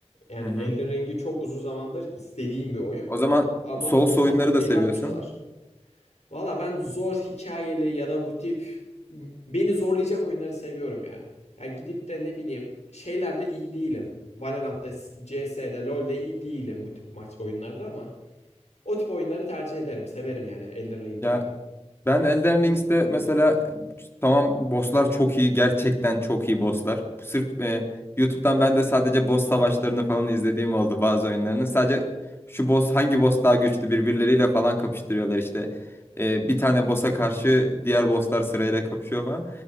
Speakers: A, on the left; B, on the left.
A: Yani
B: Hı hı.
A: Elden Ring'i çok uzun zamandır istediğim bir oyun.
B: O zaman
A: Ama
B: Souls oyunları
A: at-
B: da
A: 50-60
B: seviyorsun.
A: dolar. Valla ben zor hikayeli ya da bu tip beni zorlayacak oyunları seviyorum ya. Yani gidip de ne bileyim şeylerde iyi değilim. Valorant'ta, CS'de, LoL'de iyi değilim bu tip maç oyunlarda ama O tip oyunları tercih ederim. Severim yani Elden Ring gibi.
B: Ya ben Elden Rings'te mesela tamam bosslar çok iyi. Gerçekten çok iyi bosslar. Sırf e, YouTube'dan ben de sadece boss savaşlarını falan izlediğim oldu bazı oyunlarını. Sadece şu boss hangi boss daha güçlü birbirleriyle falan kapıştırıyorlar işte. E, bir tane boss'a karşı diğer bosslar sırayla kapışıyor falan.